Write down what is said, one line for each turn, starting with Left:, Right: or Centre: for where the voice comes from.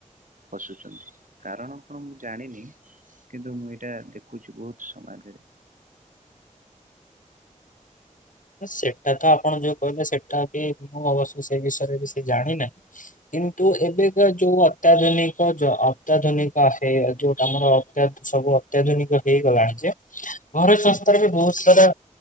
Right: ପସୁଛନ୍ତି, କାରଣ କଣ ମୁଁ ଜାଣିନି। କିନ୍ତୁ, ମୁଁ ଏଇଟା ଦେଖୁଛି ବହୁତ ସମାଜରେ।
Left: ସେଟା ତ ଆପଣ ଯୋଉ କହିଲେ। ସେଟା ବି ମୁଁ ଅବଶ୍ୟ ସେଇ ବିଷୟରେ ବେଶି ଜାଣିିନାହିଁ। କିନ୍ତୁ, ଏବେକା ଯୋଉ ଅତ୍ୟାଧୁନିକ ଯ ଅତ୍ୟାଧୁନିକ ହେ ଯୋଉଟା ଆମର ଅତ୍ୟାଧୁନି ସବୁ ଅତ୍ୟାଧୁନିକ ହେଇଗଲାଣି ଯେ, ଘର ସଂସ୍ଥାରେ ବି ବହୁତ ସାରା